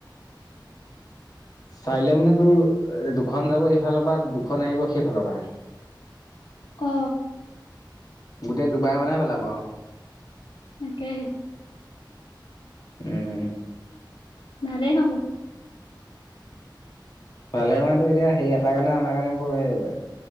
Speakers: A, on the left; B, on the left.
A: চাইলে মানে তোৰ দুখন যাব এইফালৰ পা, দুখন আহিব সেইফালৰ পা।
B: অ
A: গোটেই ডুবাই বনহে পেলাবা আও।
B: তাকেহে
A: উম
B: ভালে হ'ব
A: ভালে মানে তো এতিয়া সেই এটাৰ কাৰণে আমাৰ কাৰণে ভয়ে বাট,